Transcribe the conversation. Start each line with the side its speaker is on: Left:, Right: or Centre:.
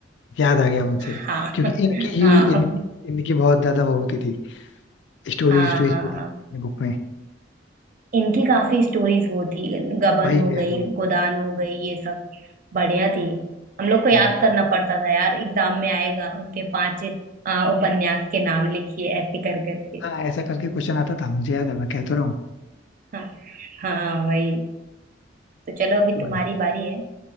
Left: याद आ गया मुझे
Right: हाँ
Left: क्योंकि इनकी ही
Right: हाँ
Left: इनकी इनकी बहुत ज्यादा वो होती थी स्टोरी
Right: हाँ
Left: स्टोरी
Right: हाँ
Left: होती
Right: हाँ
Left: थी अपने बुक में
Right: इनकी काफी स्टोरीज वो थी गबन
Left: वही
Right: हो
Left: कह
Right: गई
Left: रहा हूँ
Right: गोदान हो गई ये सब बढ़िया थी हम लोग को याद
Left: हाँ जी।
Right: करना पड़ता था यार एग्जाम में आएगा उनके पांच अ, उपन्यास के नाम लिखिए ऐसे कर करके
Left: हाँ, ऐसा करके क्वेश्चन आता था मुझे याद है मैं कह तो रहा हूँ
Right: हाँ हाँ वही तो चलो अभी
Left: तो
Right: तुम्हारी बारी है